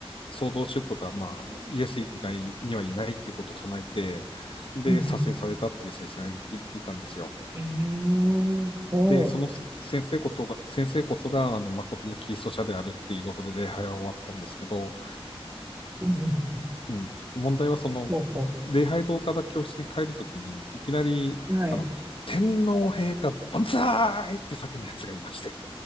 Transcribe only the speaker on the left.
創造主とか、まあ、イエス以外にはいないってことを唱えて、で、
左遷されたっていう先生がいいたんですよ。
で、その先生ことが、先生こそが、あの、誠のキリスト者であるっていうことで礼拝は終わったんですけど、
うん、問題はその、
礼拝堂から教室に帰るときに、いきなり、
あの、天皇陛下万歳って叫んだやつがいまして。